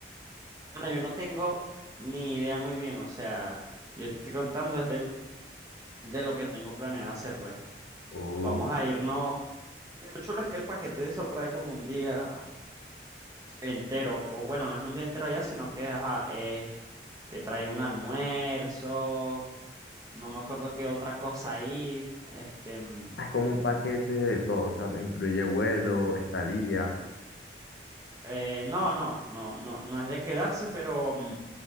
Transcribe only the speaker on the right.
Bueno, yo no tengo ni idea muy bien, o sea, yo te estoy contando desde de lo que tengo planeado hacer, pues.
Vamos a irnos. Lo chulo es que el paquete de eso trae como un día entero, o bueno, no es un día entero allá, sino que ajá, eh, te trae un almuerzo, no me acuerdo qué otra cosa ahí, este, mm,
eh, no, no, no, no, no es de quedarse, pero mm,